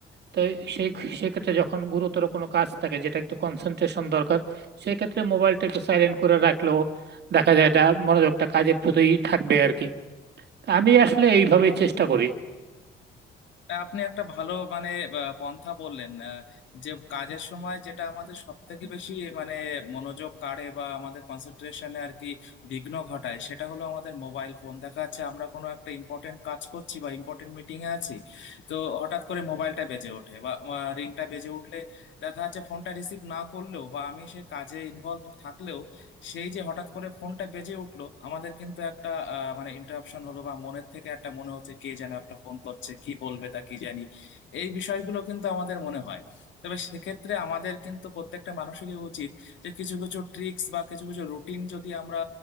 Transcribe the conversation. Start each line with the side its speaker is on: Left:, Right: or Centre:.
Right: তো সেই সেক্ষেত্রে যখন গুরুতর কোনো কাজ থাকে যেটা একটু কনসেন্ট্রেশন দরকার সেই ক্ষেত্রে মোবাইলটা একটু সাইলেন্ট করে রাখলেও দেখা যায় এটা মনোযোগটা কাজের প্রতিই থাকবে আর কি আমি আসলে এইভাবেই চেষ্টা করি
Left: আহ, আপনি একটা ভালো মানে আহ, পন্থা বললেন আহ, যে কাজের সময় যেটা আমাদের সব থেকে বেশি মানে মনোযোগ কাড়ে বা আমাদের কনসেন্ট্রেশনে আর কি বিঘ্ন ঘটায় সেটা হলো আমাদের মোবাইল ফোন দেখা যাচ্ছে আমরা কোনো একটা ইম্পর্টেন্ট কাজ করছি বা ইম্পর্টেন্ট মিটিং এ আছি তো হঠাৎ করে মোবাইলটা বেজে ওঠে বা রিংটা বেজে উঠলে দেখা যাচ্ছে ফোনটা রিসিভ না করলেও বা আমি সেই কাজে ইনভলভ থাকলেও সেই যে হঠাৎ করে ফোনটা বেজে উঠলো আমাদের কিন্তু একটা আহ, মানে ইন্টারাপশন হলো বা মনের থেকে একটা মনে হচ্ছে কে যেন একটা ফোন করছে কি বলবে তা কি জানি এই বিষয়গুলো কিন্তু আমাদের মনে হয় তবে সেক্ষেত্রে আমাদের কিন্তু প্রত্যেকটা মানুষেরই উচিত যে কিছু কিছু ট্রিক্স বা কিছু কিছু রুটিন যদি আমরা